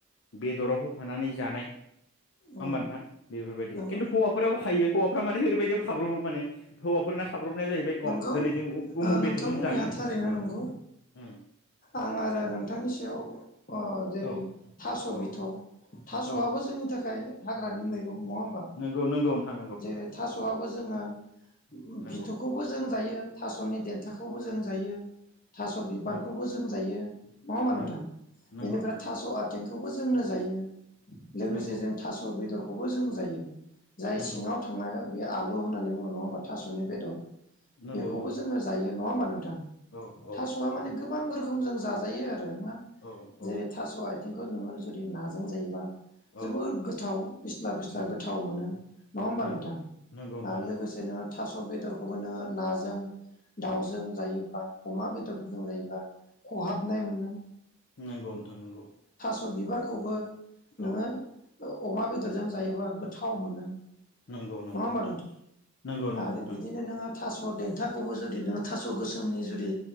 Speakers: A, on the left (about 55°); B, on the left (about 40°).
A: बेदराव होफानानै जानाय
B: औ
A: होनबथां बेफोरबायदि
B: नंगौ
A: खिन्थु हौवाफोराबो थायो माने ओरैबायदि
B: औ
A: ख्रबो मान हौवफोरना खाब्रबनाया जाहैबाय
B: नंगौ
A: अ दिनै जों उ- उमुख
B: नोंथ
A: बेदरजों
B: बुंनाया
A: जागोन होननाय
B: थारैनो
A: औ
B: नंगौ
A: उम,
B: आं आरो नोंथांनि सायाव अ जेरै
A: औ
B: थास
A: औ
B: बिथ थास
A: औ
B: आबो जोंनि थाखाय हाग्रानि मैगं नङा होमबा
A: नंगौ नंगौ नोंथां
B: जेरै थास'आबो जोङो
A: नोंगौ
B: बिथ'खौबो जों जायो थास'नि देन्थाखौबो जों जायो <unintelligible> थास' बिबारखौबो
A: नंगौ
B: जों जायो नङा ओमबा नोंथां
A: नंगौ नंगौ
B: बेनिफ्राय
A: नोंथां नंगौ
B: थास' आथिंखौबो जोंनो जायो लोगोसे
A: नंगौ
B: जों थास' बेदर खौबो जों जायो जाय
A: नंगौ
B: सिङाव थांनाय बे आ <unintelligible>
A: नंगौ
B: बेखौबो
A: नंगौ
B: जोङो जायो नङा होमबा नोंथां
A: औ
B: थास'आ
A: औ
B: माने गोबां रोखोम जों जाजायो आरो
A: औ
B: <unintelligible>
A: औ
B: खौ नोङो जुदि नाजों जायोबा जोबोर
A: औ
B: गोथाव फिस्ला फिस्ला
A: नंगौ
B: गोथाव मोनो नङा होमबा
A: नंगौ
B: नोंथां
A: नंगौ नोंथां
B: आरो
A: नंगौ
B: लोगोसे नोंङो थास' <unintelligible> खौबो नोङो नाजों दाउजों जायोब्ला अमा बेदरफोरजों जायोब्ला खहाबनाय मोनो
A: नंगौ नोंथां नंगौ
B: स' बिबारखौबो नोङो
A: औ
B: अमा बेदरजों जायोबा गोथाव मोनो
A: नंगौ नंगौ
B: नङा होमबा
A: नोंथां नंगौ नंगौ
B: आरो
A: नोंथां
B: बिदिनो नोङो थास' देन्थाखौबो जुदि नोङो थास' गोसोमनि जुदि